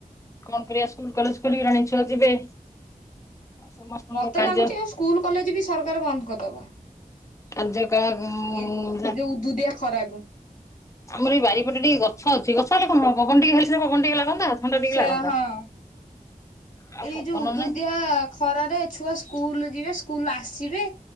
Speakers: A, on the left; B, on the left.
A: କଣ୍ କରିବା ସ୍କୁଲ୍ କଲେଜ୍ ଖୋଲି ଗଲାଣି ଛୁଆ ଯିବେ। ଆଉ ସମସ୍ତଙ୍କ
B: ମତେ
A: କାର୍ଯ୍ୟ
B: ଲାଗୁଚି ଏଇ ସ୍କୁଲ କଲେଜ ବି ସରକାର ବନ୍ଦ୍ କରିଦବ।
A: <unintelligible>
B: ଏଇ ଯୋଉ ଉଦୁଉଦିଆ ଖରାକୁ।
A: ଆମର ଏଇ ବାରିପଟେ ଟିକେ ଗଛ ଅଛି ଗଛ ହେଲେ କଣ ହବ ପବନ ଟିକେ ହେଲେ ସେ ପବନ ଟିକେ ଲାଗନ୍ତା। ଥଣ୍ଡା ଟିକେ
B: ସା-
A: ଲାଗନ୍ତା।
B: ହଁ
A: ଆଉ
B: ଏଇ ଯଉ
A: ପବନ
B: ଉଦୁଉଦିଆ
A: ନାହିଁ
B: ଖରାରେ ଛୁଆ ସ୍କୁଲୁ ଯିବେ ସ୍କୁଲୁରୁ ଆସିବେ